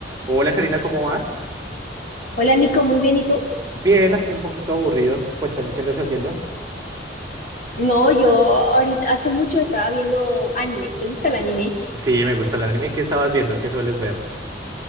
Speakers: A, on the right; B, on the left.
A: Hola Karina, ¿cómo vas?
B: Hola Nico, muy bien, ¿y tú?
A: Bien, aquí un poquito aburrido. Cuéntame qué andas haciendo.
B: No, yo ahorita hace mucho estaba viendo anime. ¿Te gusta el anime?
A: Sí, me gusta el anime. ¿Qué estabas viendo? ¿Qué sueles ver?